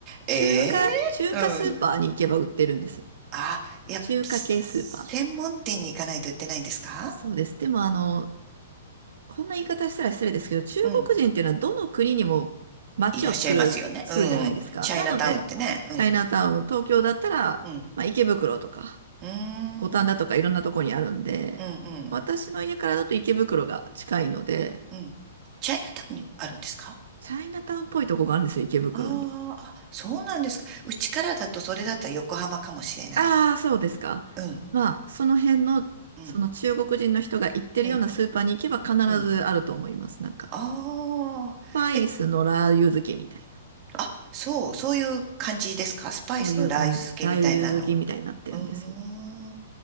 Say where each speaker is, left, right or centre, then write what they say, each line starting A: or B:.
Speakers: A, on the right; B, on the right.
A: ええ
B: 中華、中華スーパーに行けば売ってるんです。
A: うん。あ、いや専門店に行かないと売ってないんですか
B: 中華系スーパー。そうです。でもあの、こんな言い方したら失礼ですけど、中国人っていうのはどの国にも街を作る、
A: うん。いらっしゃいますよね。
B: 作るじゃないですか。
A: うん。チャイナタウンってね。
B: なので、
A: うん。
B: チャイナタウン、東京だったら、
A: うん。
B: まあ池袋とか、
A: うー
B: 五反田とかいろんなとこにあるんで、
A: ん。うんうん。
B: 私の家からだと池袋が近いので、
A: うん。チャイナタウンにあるんですか
B: チャイナタウンっぽいとこがあるんですよ、池袋に。
A: あーあ、そうなんですか。うちからだとそれだったら横浜かもしれない。
B: ああ、そうですか。
A: うん、
B: まあ、その辺の、
A: うん、
B: その中国人の人が行ってるようなスーパーに行けば必ずあると思います。
A: うん、うん。
B: なんか、
A: ああ、
B: スパイスのラー油漬けみたいな。
A: え、あ、そう、そういう感じですかスパイスのラー油漬けみたいなの。
B: そういう感じ。ラー油漬けみたいになってるんですよ。
A: うーん。あ、